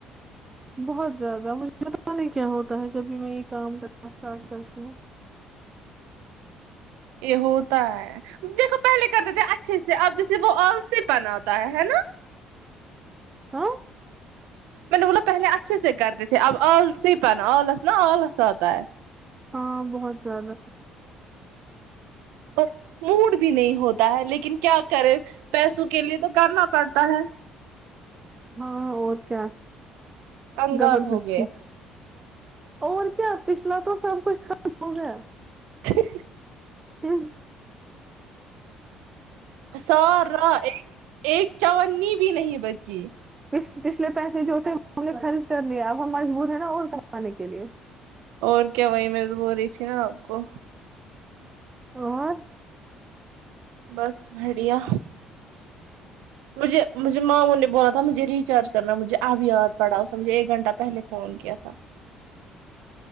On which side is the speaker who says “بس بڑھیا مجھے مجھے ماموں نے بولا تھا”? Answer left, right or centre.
Right